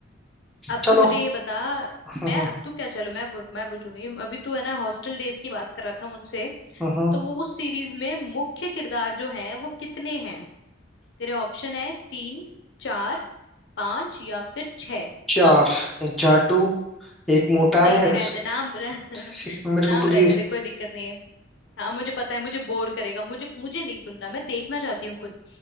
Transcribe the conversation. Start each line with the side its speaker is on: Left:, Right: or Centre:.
Left: अब
Centre: चलो
Left: तू मुझे ये बता
Centre: हम्म
Left: मैं अब तू क्या चलो मैं पू- मैं पूछूंगी अभी तू है ना हॉस्टल डेज की बात कर रहा था मुझसे
Centre: हम्म
Left: तो वो उस सीरीज में मुख्य किरदार जो है वो कितने हैं तेरे ऑप्शन है तीन चार पांच या फिर छह
Centre: चार एक जाटू एक मोटा
Left: नहीं
Centre: है
Left: नहीं रहने
Centre: उस,
Left: दे नाम रह- <laughs>
Centre: इसी- मेरे
Left: नाम
Centre: को पूरी
Left: रहने दे कोई दिक्कत नहीं है हाँ मुझे पता है मुझे बोर करेगा मुझे मुझे नहीं सुनना मैं देखना चाहती हूँ खुद